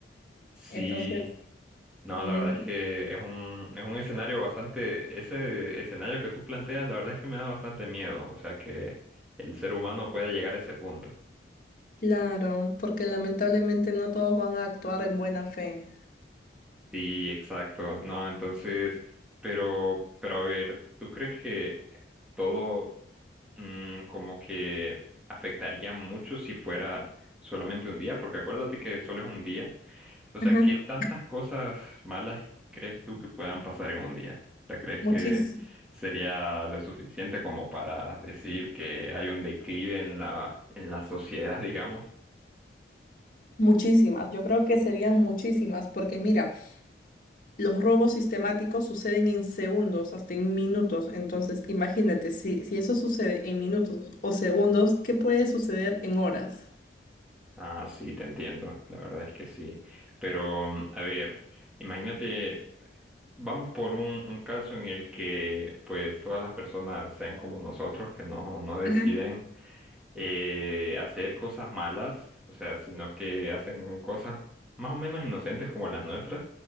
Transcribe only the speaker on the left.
Entonces,
Mm,
Claro, porque lamentablemente no todos van a actuar en buena fe.
Ajá.
Muchis-
muchísimas, yo creo que serían muchísimas, porque mira, los robos sistemáticos suceden en segundos, hasta en minutos. Entonces, imagínate, si, si eso sucede en minutos o segundos, ¿qué puede suceder en horas?
Ajá,